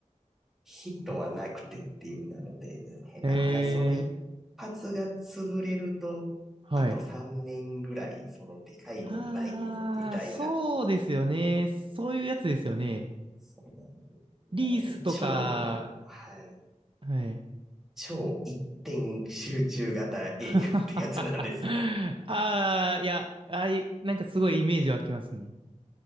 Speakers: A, in the centre; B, on the right.
A: ヒットはなくてっていうなので、
B: <laughs>
A: 変な話、
B: へ
A: その一発が潰れると、
B: え。はい。
A: あと3年ぐらい、そのでかいのないよ、
B: ああ、
A: みたいな。
B: そうですよね。そういうやつですよね。
A: そうなんですなので、
B: リースとか、
A: 超、はい、
B: はい。
A: 超一点集中型営業ってやつなんです。
B: <laughs> ああ、いや、ああいう、なんかすごいイメージ湧きますね。